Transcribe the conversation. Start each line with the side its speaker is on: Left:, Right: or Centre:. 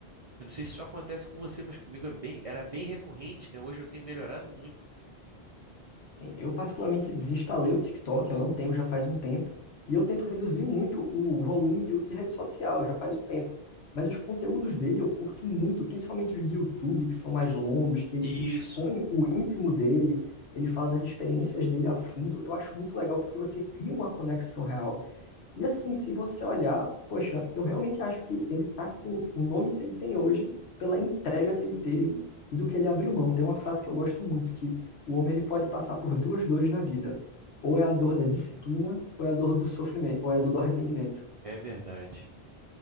Right: Eu não sei se isso acontece com você, mas comigo é bem, era bem recorrente, né? Hoje eu tenho melhorado muito.
Left: Eu particularmente desinstalei o TikTok, eu não tenho já faz um tempo, e eu tento reduzir muito o volume de uso de rede social, já faz um tempo. Mas os conteúdos dele eu curto muito, principalmente os de YouTube, que são mais longos, que ele
Right: Isso,
Left: expõe o íntimo dele, ele fala das experiências dele a fundo. Eu acho muito legal porque você cria uma conexão real. E assim, se você olhar, poxa, eu realmente acho que ele tá com o nome que ele tem hoje pela entrega que ele teve e do que ele abriu mão. Tem uma frase que eu gosto muito, que o homem ele pode passar por duas dores na vida. Ou é a dor da disciplina, ou é a dor do sofrimento, ou é a dor do arrependimento.
Right: é verdade.